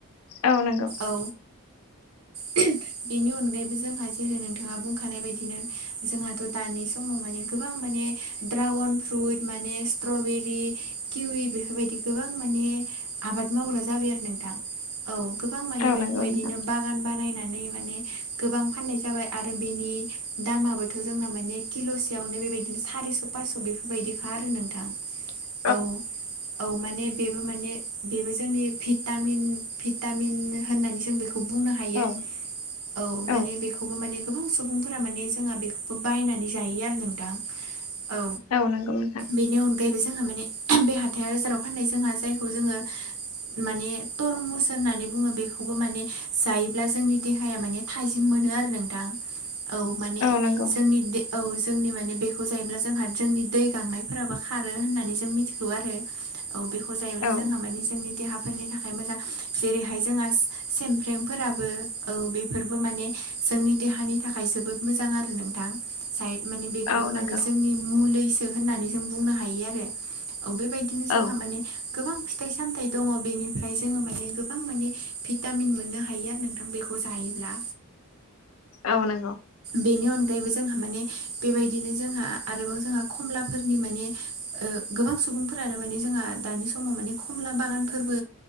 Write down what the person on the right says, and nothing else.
औ <unintelligible> बेनि अनगायैबो जोंहा जेरै नोंथाङा बुंखानाय बायदिनो जोंहाथ' दानि समाव माने गोबां माने ड्रागन फ्रुइट माने स्ट्रबेरि किउवि बेफोरबायदि गोबां माने आबाद मावग्रा जाबाय आरो नोंथां। औ गोबां माने
बेफोरबायदिनो
बा गान बानायनानै माने गोबां फाननाय जाबाय आरो बेनि दामाबोथ' जोंना माने किल'सेयावनो बेबायदिनो सारिस' पास्स' बेफोरबायदिखा आरो नोंथां
औ औ माने बेबो माने बेबो जोंनि भिटामिन। भिटामिन होननानै जों बेखौ बुंनो हायो
औ
माने बेखौबो माने गोबां सुबुंफोरा माने जोंहा बेखौबो बायनानै जायो आरो नोंथां
औ
बेनि अनगायैबो जोंहा माने बे हा थायाव बाजाराव फाननाय जोंहा जायखौ जोङो माने तरमुसन होननानै बुङो। बेखौबो माने जायोब्ला जोंनि देहाया माने थाइजिम मोनो आरो नोंथां
औ माने
जोंनि दे औ जोंनि माने बेखौ जायोब्ला जोंहा जोंनि दै गांनायफोराबो खारो होननानै जों मिथिगौ आरो औ बेखौ जायोब्ला
जोंहा माने जोंनि देहाफोरनि थाखाय मोजां। जेरैहाय जोंहा सेमफ्रेमफोराबो औ बेफोरबो माने जोंनि देहानि थाखाय जोबोद मोजां आरो नोंथां जायो माने बेफोरबो
माने जोंनि मुलैसो होननानै जों बुंनो हायो आरो। औ बेबाय बिदिनो जोंहा
माने गोबां फिथाइ सामथाइ दङ' बेनिफ्राय जोंङो माने गोबां माने भिटामिन मोननो हायो आरो नोंथां बेखौ जायोब्ला
बेनि अनगायैबो जोंहा माने बेबायदिनो जोंहा आरोबाव जोंहा खमलाफोरनि माने ओ गोबां सुबुंफोरानो माने जोंहा दानि समाव माने खमला बागानफोरबो